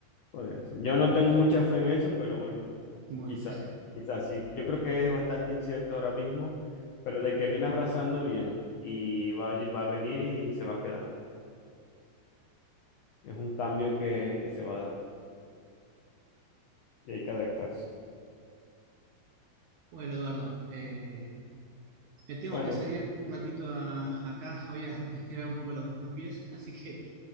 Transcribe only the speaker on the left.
podría ser. Yo no tengo mucha fe en eso, pero bueno,
quizá, quizá sí. Yo creo que es bastante incierto ahora mismo, pero de que viene arrasando, viene. Y va, a- lle- va a venir y se va a quedar. Es un cambio que, que se va a dar y hay que adaptarse.
Bueno,